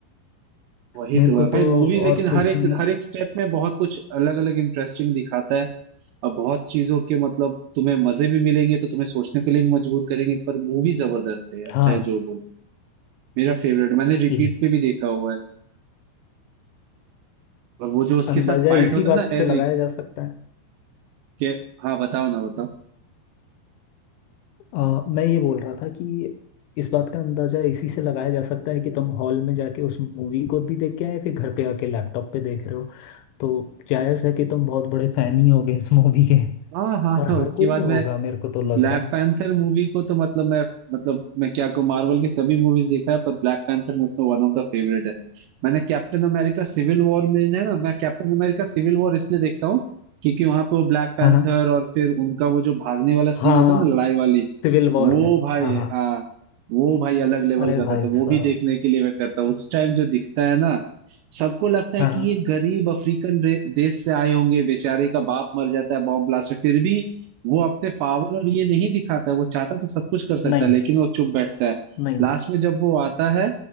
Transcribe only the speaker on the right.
वही
तो
है भाई
मूवी लेकिन
हर एक
हर एक स्टेप में बहुत कुछ अलग अलग इंटरेस्टिंग दिखाता है और बहुत चीजों के मतलब तुम्हें मजे भी मिलेंगे तो तुम्हें सोचने के लिए भी मजबूर करेंगे पर मूवी जबरदस्त है यार
चाहे जो बोलो मेरा फेवरेट मैंने रिपीट
पे भी देखा हुआ है और वो जो उसके
साथ फाइट
होता है
ना एरिक
के हाँ बताओ ना बताओ
हाँ हाँ
हाँ,
उसके
बाद
में
ब्लैक
पैंथर मूवी को तो मतलब मैं मतलब मैं क्या कहूँ मार्वल की सभी मूवीज देखा है पर ब्लैक पैंथर मुझसे वन ऑफ द फेवरेट है मैंने कैप्टन अमेरिका सिविल वॉर में है ना मैं कैप्टन अमेरिका सिविल वॉर इसलिए देखता हूँ क्योंकि वहां पे वो ब्लैक पैंथर
और फिर उनका वो जो भागने वाला
सीन होता
है ना लड़ाई वाली
वो
भाई
हाँ वो भाई अलग लेवल
का
था तो वो
भी देखने के लिए मैं करता हूँ उस टाइम जो दिखता है ना सबको लगता है
कि
ये गरीब अफ्रीकन रे- देश से आए होंगे बेचारे का बाप मर जाता है बॉम्ब ब्लास्ट में फिर भी वो अपने पावर और ये नहीं दिखाता है वो चाहता तो सब कुछ कर सकता
है लेकिन वो चुप बैठता है
लास्ट में जब वो आता है